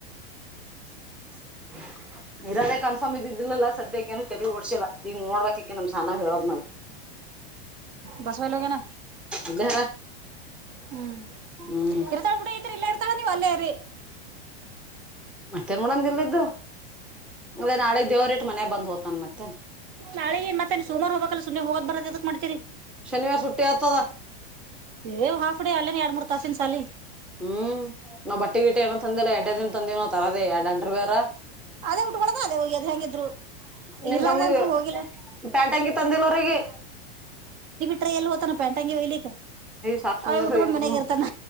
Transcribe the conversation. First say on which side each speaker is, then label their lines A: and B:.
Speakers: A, in the centre; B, on the right.
A: <inaudible> ಇರದೇ ಕನ್ಫರ್ಮ್ ಇದ್ದಿದ್ದಿಲ್ಲಲ್ಲಾ ಸದ್ಯಕ್ಕ ಏನು ತಲೆ ಓಡ್ ಇಲ್ಲ ನಿಂಗ್ ನೋಡ್ಬೇಕ ಅಕಿ ನಮ್ ಸಣ್ಣವ ಹೇಳದ್ಮೇಲೆ
B: ಬಸವಲ್ಲ ಹೋಗ್ಯಾನ್
A: ಇಲ್ಲೇ
B: ಹ್ಮ್
A: ಹ್ಮ್
B: ಇರ್ತಾಳ ಬಿಡು ಈ್ರ ಇಲ್ಲ ಇರ್ತಾಳ ನೀವ್ ಅಲ್ಲೇರಿ
A: ಮತ್ತೆ ನೋಡಂಗಲ್ಿದ್ದು ಮದೆ ನಾಳೆ ದೇವ್ರ ಇಟ್ಟ ಮನೆ ಬಂದ್ ಹೋ್ತನ್ ಮತ್ತೆ
B: ನಾಳಗ ಮತ್ತೆ ಸೋಮಾರ ಹೋಗಕಲ್ಲ ಸುಮ್ಮನೆ ಹೋಗದ ಬರದ ಏನ್ ಮಾಡ್ತೀರಿ
A: ಶನಿವಾರ ಸುಟಿ ಆತದ
B: ಏ ಹಾಫ್ ಡೇ ಅಲ್ಲೇನೆ ಎರಡ್ ಮೂರ್ ತಾಸಿನ ಸಾಲಿ
A: ಹ್ಮ್ ನಾವ ಬಟ್ಟೆ ಗೀಟ ಏನ ತಂದಿಲ್ಲ ತಂದೆನೋ ತರದೇ ಎಡ ಅಂಡರ್ ವೇರ್
B: ಅದೇ ಉಟ್ಕೊಳದ ಅದೇ ಒಗ್ಯೋದು ಹೆಂಗಿದ್ರು
A: ನಿಮ್
B: ಇರ್ಲಾರ್ದೆ
A: ತಮ್ಮಗೆ
B: ಅಂತ್ರು ಹೋಗಿಲ್ಲ
A: ಪ್ಯಾಂಟ್ ಅಂಗಿ ತಂದಿಲ್ಲ ಅವ್ರಿಗಿ
B: ಟ್ರೆ ಎಲ್ಲಿ ಹೋತಾನ ಪ್ಯಾಂಟಂಗಿ ಒಯ್ಲಿಕ್ಕ
A: ಸಾಕ್ ಸುಮ್ನಿರಿ
B: ಅಯ್ ಉಟ್ಕೊಂಡ್
A: ಇವ್ರುನು
B: ಮನ್ಯಾಗಿರ್ತಾನೆ